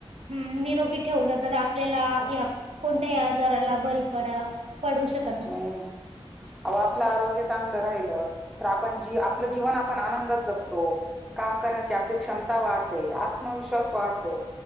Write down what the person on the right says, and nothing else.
निरोगी ठेवलं. तर आपल्याला या कोणत्याही आजाराला बळी पडा, पडू शक